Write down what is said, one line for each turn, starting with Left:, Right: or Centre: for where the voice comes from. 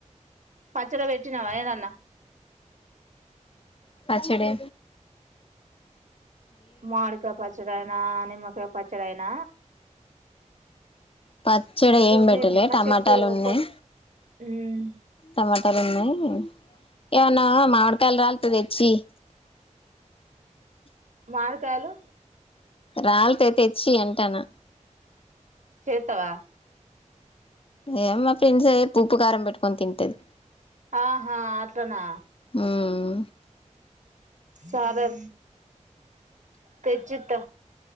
Right: పచ్చడ పెట్టినవ ఏదన్న.
Left: పచ్చడే.
Right: మడికాయి పచ్చడయినా. దానిమ్మకాయ్ పచ్చడైన.
Left: పచ్చడి
Right: ఇప్పుడు
Left: ఏం పెట్టలే
Right: మీరు నిమ్మ
Left: టమాటాలు
Right: చెట్టు
Left: ఉన్నాయి
Right: కొట్ మ్మ్
Left: టమాటాలు ఉన్నాయి. ఏమన్న మామిడికాయలు రాల్తే తెచ్చీయ్యి.
Right: మామిడికాయలు
Left: రాల్తే తెచ్చియ్యి అంటానా
Right: చేస్తావా
Left: ఏ మా ఫ్రెండ్స్ ఏ ఉప్పు ఉప్పు కారం పెట్టుకొని తింటది.
Right: ఆహా అట్లానా.
Left: ఉమ్
Right: సరే తెచ్చిత్త.